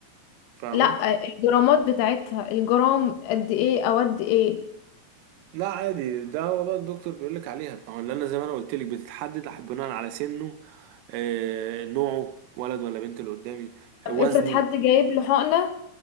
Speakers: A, on the right; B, on the left.
A: فاهمة
B: لا الجرامات بتاعتها الجرام قد ايه او قد ايه
A: لا عادي ده هو بقى الدكتور بيقول لك عليها ما هو اللي انا زي ما انا قلت لك بتتحدد بناء على سنه آه، نوعه ولد ولا بنت اللي قدامي
B: طب
A: آه، وزنه
B: افرض حد جايب له حقنه